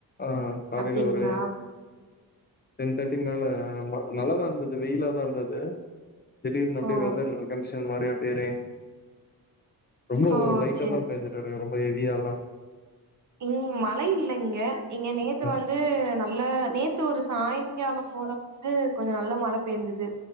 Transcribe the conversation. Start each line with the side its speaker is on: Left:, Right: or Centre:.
Left: ஆஹ் காலையில
Right: அப்டிங்களா
Left: ஒரு டென் தேர்ட்டி மேல நல்லாதா இருந்தது வெயிலாதா இருந்தது திடீர்னு அப்டியே
Right: ஓ
Left: வெதர் கண்டிஷன் மாரி அப்டியே ரெயின் ரொம்ப
Right: ஓ
Left: லைட்டா
Right: சேரி
Left: தா பேஞ்சட்டு இருக்கு ரொம்ப ஹெவியால்லா
Right: ம் மழை இல்ல இங்க இங்க நேத்து
Left: அ
Right: வந்து நல்லா நேத்து ஒரு சாயந் சாய்ங்காலோ போல வந்து கொஞ்ச நல்ல மழ பேஞ்சுது